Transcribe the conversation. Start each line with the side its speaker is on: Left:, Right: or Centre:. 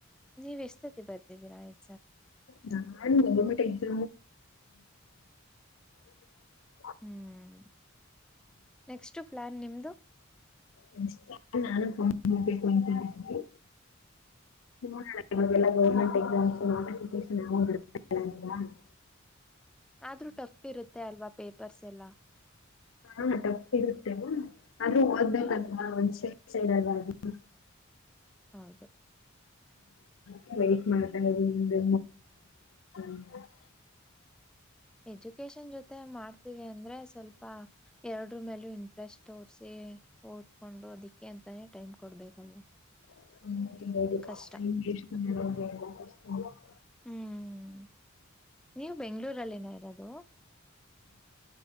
Centre: ನೀವ ಎಷ್ಟ ಸತಿ ಬರ್ದಿದ್ದೀರಾ ಆಯ್ <unintelligible>
Left: ನನ್ನ <unintelligible> ಗೋರ್ಮೆಂಟ್ <unintelligible>
Centre: ಹ್ಮ್ ನೆಕ್ಸ್ಟ್ ಪ್ಲಾನ್ ನಿಮ್ಮದು
Left: ನೆಕ್ಸ್ಟ್ ಪ್ಲಾನ್ ನಾನು <unintelligible> ಅನ್ಕೊಂಡಿದೀವಿ <inaudible> ಅವೆಲ್ಲ ಗೌರ್ಮೆಂಟ್ ಎಕ್ಸಾಮ್ಸ ನೋಟಿಫಿಕೇಶನ್ ಏನೋ <unintelligible>
Centre: ಆದ್ರೂ ಟಫ್ ಇರುತ್ತೆ ಅಲ್ವಾ ಪೇಪರ್ಸ್? ಎಲ್ಲ
Left: ಹಾ ಟಫ್ ಇರುತ್ತೆಲ್ಲ <inaudible> ಆದ್ರೂ ಓದಬೇಕಲ್ವಾ ಒಂದ್ ಸೇ ಸೈಡ್ ಆದ್ರೂ
Centre: ಹೌದು
Left: ಹಮ್ ವೇಟ್ ಮಾಡ್ತಾ ಇದೀನಿ <inaudible>
Centre: ಎಜುಕೇಶನ್ ಜೊತೆ ಮಾಡ್ತೀವಿ ಅಂದ್ರೆ ಸ್ವಲ್ಪ ಎರಡ್ರ ಮೇಲೂ ಇಂಟ್ರೆಸ್ಟ್ ತೋರ್ಸಿ ಓದ್ಕೊಂಡು ಅದಕ್ಕೆ ಅಂತಾನೇ ಟೈಮ್ ಕೊಡ್ಬೇಕಲ್ವಾ
Left: ಹ್ಮ್
Centre: ಕಷ್ಟ
Left: <inaudible> <inaudible>
Centre: ಹ್ಮ್ ನೀವು ಬೆಂಗಗಳೂರಲ್ಲಿ ಏನ ಇರೋದು